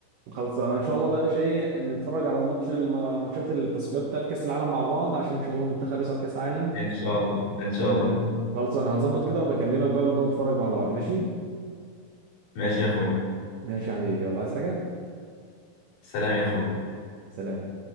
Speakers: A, on the right; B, on the left.
A: خلصانه ان شاء الله بقى يا باشا ايه نتفرج على الماتش الم- على ماتشات التصفيات بتاعت كاس العالم مع بعض عشان ان شاء الله المنتخب يصعد كاس عالم
B: ان شاء الله ان شاء
A: آه،
B: الله
A: خلص انا هظبط كده وبكلمك بقى ونقعد نتفرج مع بعض ماشي
B: ماشي يا اخوي
A: ماشي يا حبيبي يلا عايز حاجة
B: سلام يا اخوي
A: سلام